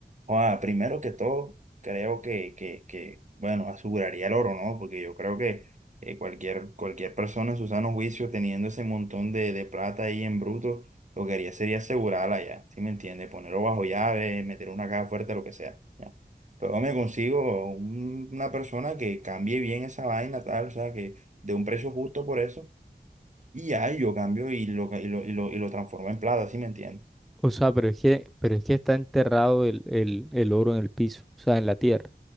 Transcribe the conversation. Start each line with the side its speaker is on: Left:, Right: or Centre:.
Right: joda, primero que todo, creo que, que, que, bueno, aseguraría el oro, ¿no? Porque yo creo que eh, cualquier, cualquier persona en su sano juicio, teniendo ese montón de, de plata ahí en bruto, lo que haría sería asegurarla ya, ¿sí me entiende? Ponerlo bajo llave, meter una caja fuerte, lo que sea, ya. Luego me consigo un- una persona que cambie bien esa vaina, tal, o sea, que de un precio justo por eso y ya y yo cambio y lo, ca- y lo, y lo, y lo transformo en plata, ¿sí me entiendes?
Centre: O sea, pero es que, pero es que está enterrado el, el, el oro en el piso, o sea, en la tierra.